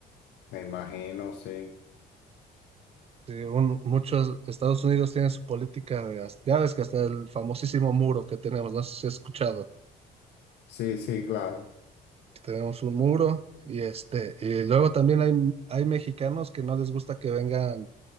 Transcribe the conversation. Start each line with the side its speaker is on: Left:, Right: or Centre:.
Left: me imagino, sí.
Right: según muchos Estados Unidos tiene su política de, hasta- ya ves que hasta el famosísimo muro que tenemos, no sé si has escuchado,
Left: Sí, sí, claro.
Right: tenemos un muro y este, y luego también hay, hay mexicanos que no les gusta que vengan